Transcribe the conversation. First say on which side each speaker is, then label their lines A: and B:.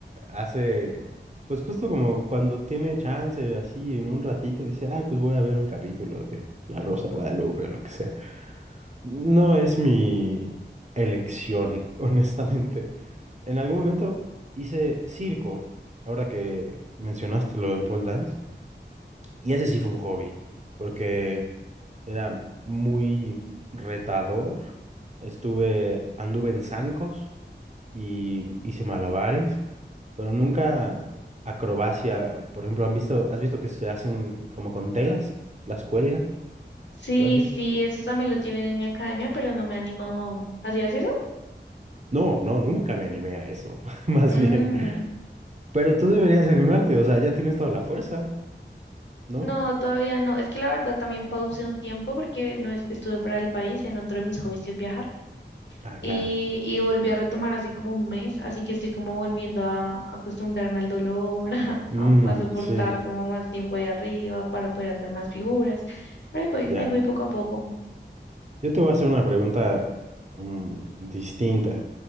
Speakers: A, on the right; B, on the left.
A: hace, pues justo como cuando tiene chance, así en un ratito, dice, ay, pues voy a ver un capítulo de La Rosa de Guadalupe o lo que sea. No es mi elección, <laughs> honestamente. En algún momento hice circo, ahora que mencionaste lo del pole dance, y ese sí fue un hobby, porque era muy retador. Estuve, anduve en zancos y hice malabares, pero nunca acrobacia. Por ejemplo, ¿han visto, has visto que se hacen como con telas? ¿Las cuelgan?
B: Sí,
A: ¿Lo has visto?
B: sí, eso también lo tienen en mi academia, pero no me he animado aún. ¿Hacías eso?
A: No, no, nunca me animé a eso, <laughs> más
B: Mm,
A: bien. Pero tú deberías animarte, o sea, ya tienes toda la fuerza, ¿no?
B: no, todavía no. Es que la verdad también pausé un tiempo porque no es- estuve fuera del país en otro de mis hobbies que es viajar.
A: Ah, claro.
B: Y, y volví a retomar así como un mes, así que estoy como volviendo a acostumbrarme al dolor, <laughs> a,
A: Mm,
B: a- a soportar
A: sí,
B: como más tiempo ahí arriba para poder hacer más figuras, pero ahí voy,
A: ya.
B: ahí voy poco a poco.
A: Yo te voy a hacer una pregunta mm, distinta.